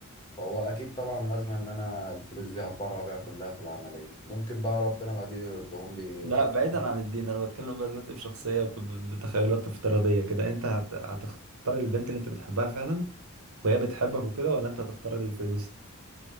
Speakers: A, on the left (about 25°); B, on the right (about 80°).
A: فهو اكيد طبعا لازم ان انا الفلوس دي هتبرع بيها كلها في العملية ممكن بقى ربنا بعدين يردهم لي
B: لا
A: رقم
B: بعيدا عن الدين انا بتكلم بقى دلوقتي بشخصيه ب- ب- بتخيلات افتراضيه كده انت هت... هتختار البنت اللي انت بتحبها فعلا وهي بتحبك وكده ولا انت هتختار الفلوس